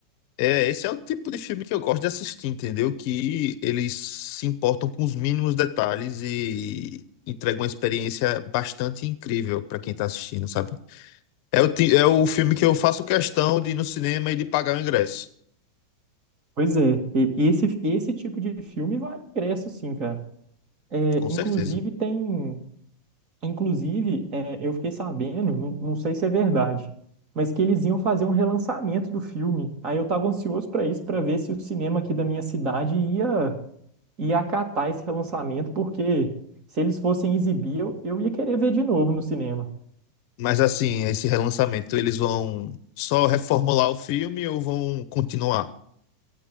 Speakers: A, on the left; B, on the right.
A: É, esse é o tipo de filme que eu gosto de assistir, entendeu? Que eles se importam com os mínimos detalhes e entregam uma experiência bastante incrível para quem tá assistindo, sabe? É o, ti- é o filme que eu faço questão de ir no cinema e de pagar o ingresso,
B: Pois é, e- esse, esse tipo de filme vale ingresso, sim, cara. É,
A: com certeza.
B: inclusive tem. Inclusive, é, eu fiquei sabendo, não, não sei se é verdade, mas que eles iam fazer um relançamento do filme. Aí eu estava ansioso para isso, para ver se o cinema aqui da minha cidade ia, ia acatar esse relançamento, porque se eles fossem exibir, eu, eu ia querer ver de novo no cinema.
A: Mas assim, esse relançamento, eles vão só reformular o filme ou vão continuar?